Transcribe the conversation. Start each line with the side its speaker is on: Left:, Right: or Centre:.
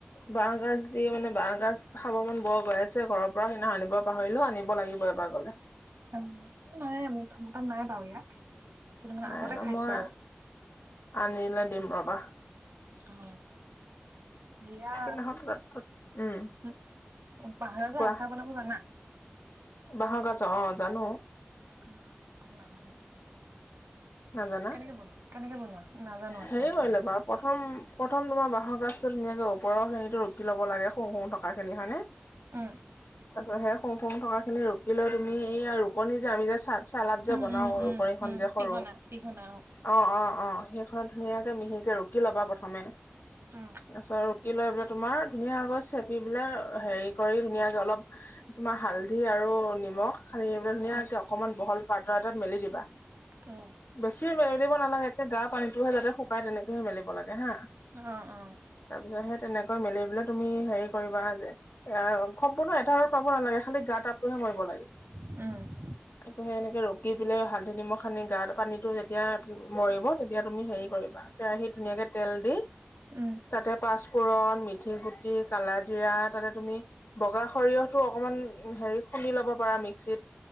Left: বাহ গাজ দি মানে বাহ গাজ খাব মন বৰ গৈ আছে ঘৰৰ পৰা সেইদিনা আনিব পাহৰিলো আনিব লাগিব এবাৰ কলে
Right: মোৰটো নাই মোৰ তাত নাই বাৰু ইয়াত কিন্তু মানে
Left: নাই
Right: আগতে
Left: ন
Right: খাইছো
Left: মই
Right: আৰু
Left: আনিলে দিম ৰবা
Right: অ দিয়াত
Left: সিদিনাখন তাত উম
Right: বাঁহ গাজৰ
Left: কোৱা
Right: আচাৰ বনাব জানা
Left: বাঁহৰ গাজৰ অ জানো
Right: অ নাজানোঁ
Left: নাজানা
Right: কেনেকে বনোৱা কেনেকে বনোৱা নাজানো আচাৰটো
Left: হেৰি কৰি
Right: বনাব
Left: লবা প প্ৰথম প্ৰথম তোমাৰ বাঁহৰ গাজটো ধুনীয়াকে ওপৰৰ খিনিটো ৰুকি ল'ব লাগে হুং হুং থকা খিনি হয়নে
Right: উম
Left: তাৰপছত সেই হুংহুং থকা খিনি ৰু লৈ তুমি এইয়া ৰুকনি যে আমি যে চ চালাদ
Right: উম
Left: যে বনাও
Right: উম উম
Left: ৰুকনিখন
Right: উম
Left: যে
Right: পিহনা
Left: সৰু
Right: পিহনা
Left: অ অ অ সেইখনত ধুনীয়াকে মিহিকে ৰুকি লবা প্ৰথমে
Right: উম
Left: তাৰপিছত কি লৈ পেলে তোমাৰ ধুনীয়াকৈ চেপি বোলে হেৰি কৰি ধুনীয়াকে অলপ তোমাৰ হালধি আৰু নিমখ সানি পেলাই ধুনীয়াকে
Right: উম
Left: অকমান বহল পাত্ৰ এটাত মেলি দিবা
Right: উম
Left: বেছি মেলিব নালাগে একে গা পানীটোহে যাতে শুকাই তেনেকেহে মেলিব লাগে হা
Right: অ অ
Left: তাৰপিছত সেই তেনেকৈ মেলি পেলাই তুমি হেৰি কৰিবা যে সম্পূৰ্ণ এটা ৰ'দ পাব নালাগে খালি গা তাপটোহে মৰিব লাগে
Right: উম
Left: তাৰ পিছত সেনেকে ৰুকি পেলাই হালধি নিমখ সানি গা পানীটো যেতিয়া মৰিব তেতিয়া তুমি হেৰি কৰিবা কেৰাহিত ধুনীয়াকে তেল দি
Right: উম
Left: তাতে পাঁচফোৰণ মিঠি গুটি কালাজিৰা তাতে তুমি বগা সৰিয়হতো অকনমান হেৰি খুন্দি লব পাৰা মিক্সিত